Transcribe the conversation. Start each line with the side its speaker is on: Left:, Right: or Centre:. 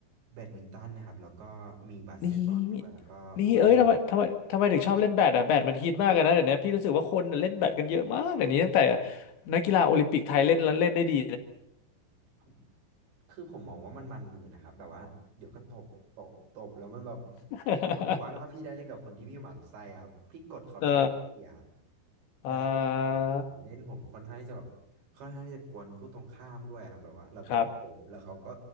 Right: แบดมินตันนะครับแล้วก็มีบาสเกตบอลด้วยแล้วก็ว่ายน้
Left: นี่นี่เอ้ยทำไมทำไมทำไมถึงชอบเล่นแบดอ่ะแบดมันฮิตมากอะนนะเดี๋ยวนี้พี่รู้สึกว่าคนเล่นแบดกันเยอะมากเดี๋ยวนี้ตั้งแต่นักกีฬาโอลิมปิกไทยเล่นแล้วเล่นได้ดี
Right: ำผม คือผมมองว่ามันมันมือนะครับแบบว่าเดี๋ยวก็ตบตบตบแล้วมันแบบ <laughs>
Left: <laughs>
Right: สมมติว่าถ้าพี่ได้เล่นกับคนที่พี่หมั่นไส้ครับพี่กดเขาได้เต็มที่อะครับ
Left: เอออ่
Right: แล้วคือผมผมเล่นผมค่อนข้างที่จะแบบค่อนข้างที่จะกวนคู่ตรงข้ามด้วยครับแบบว่าเราก็ตบแล้วเขาก็
Left: าครับ